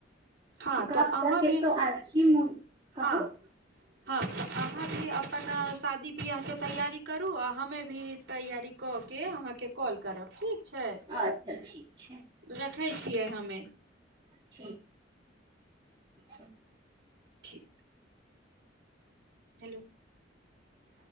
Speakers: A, on the right; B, on the right.
A: हँ
B: गप
A: तो अहाँ
B: त केतऽ
A: भी
B: आछी नय कहू
A: हँ हँ अहाँ भी अपन शादी बियाह के तैयारी करू आ हमे भी तैयारी कऽ के अहाँके कॉल करब ठीक छै
B: अच्छा ठीक छै
A: रखै छियै हमे
B: ठीक छी
A: ठीक हेलो